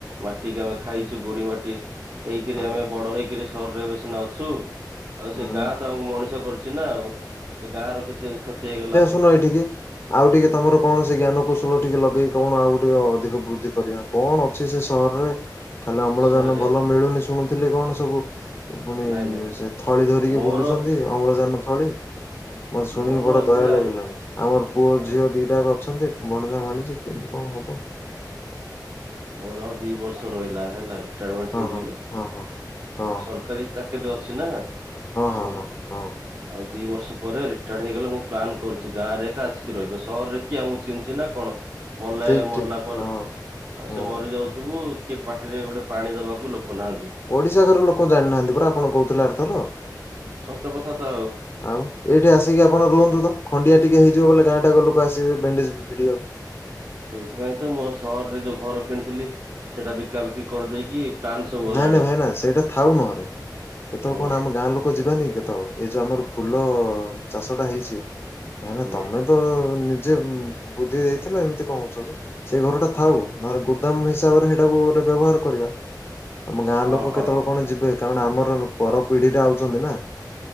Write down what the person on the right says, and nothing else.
ମାଟିି ଆମେ ଖାଇଛୁ ଗୋଡି ମାଟି ହେଇକରି
ଆମେ ବଡ ହେଇକରି ସହରରେ ଏବେ ସିନା ଅଛୁ ଆଉ
ସେ ଗାଁ ତ ଆମକୁ ମଣିଷ କରୁଛି ନା ଆଉ। ସେ ଗାଁ ର କିଛି କ୍ଷତି ହେଇଗଲା
ଶୁଣରେ
ନାଇଁ ନାଇଁ
ମୋର
ମୋର
ଏବେ
ଆଉ
ଆଉ
ମୋର ଆଉ ଦି ବର୍ଷ ରହିଲା ହେଲା ରିଟାୟାରମେଣ୍ଟ
ହେଇଯିବି
ସରକାରୀ ଚାକିରି ଅଛି ନା ହୁଁ।
ଆଉ ଦି ବର୍ଷ ପରେ ରିଟାୟାର୍ଡ ହେଇଗଲେ ମୁଁ ପ୍ଲାନ୍ କରୁଛି ଗାଁରେ ଏକ ଆସିକି ରହିବେ ସହରରେ କିଏ ଆମକୁ କିିହଛି ନା କଣ। ମଲେ
ମଲାପରେ
ସେ ମରି ଯାଉଥିବୁ କିଏ ପାଟିରେ ଗୋଟେ ପାଣି ଦବାକୁ ଲୋକ ନାହାନ୍ତି।
ସତ କଥା ତ ଆଉ
ହୁଁ।
ସେଇଥିପାଇଁ ତ ମୁଁ ସହରରେ ଯୋଉ ଘର କିଣିଥିଲି ସେଟା ବିକାବିକି କରିଦେଇକି ପ୍ଲାନ୍ ସବୁ ହେଲାଣି
ହୁଁ
ହୁଁ
ହଁ
ହଁ
ହଁ